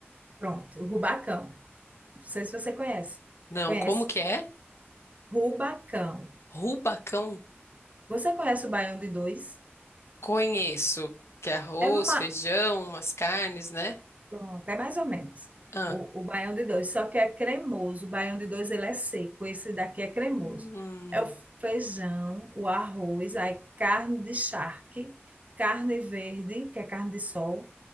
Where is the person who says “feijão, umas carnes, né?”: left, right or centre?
Left